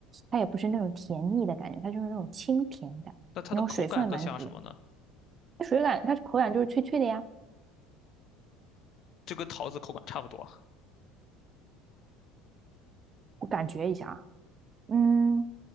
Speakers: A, on the right (about 35°); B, on the left (about 55°).
A: 它也不是那种甜腻的感觉，它就是那种清甜感，
B: 那它的口感更像什么呢？
A: 然后水分也蛮足的。它水感它口感就是脆脆的呀，
B: 就跟桃子口感差不多。
A: 我感觉一下啊，嗯。